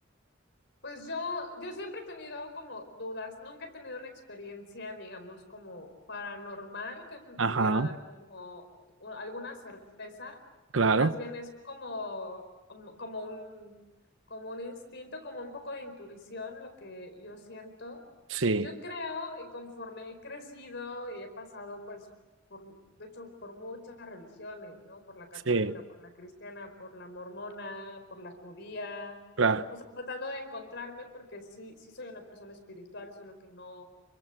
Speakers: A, on the left; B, on the right.
A: Pues yo, yo siempre he tenido como dudas, nunca he tenido una experiencia, digamos, como paranormal que me
B: Ajá,
A: pudiera dar como u- alguna certeza,
B: claro.
A: más bien es como, como como un, como un instinto, como un poco de intuición, lo que yo siento.
B: Sí,
A: Yo creo, y conforme he crecido y he pasado, pues, por, de hecho, por muchas religiones, ¿no? Por la católica,
B: sí,
A: por la cristiana, por la mormona, por la judía.
B: claro.
A: O sea, tratando de encontrarme porque sí, sí soy una persona espiritual, solo que no,